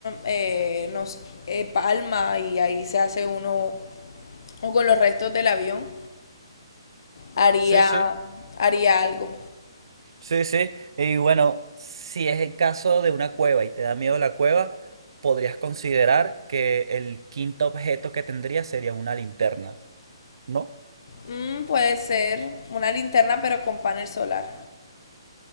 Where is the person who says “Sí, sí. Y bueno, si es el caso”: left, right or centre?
Right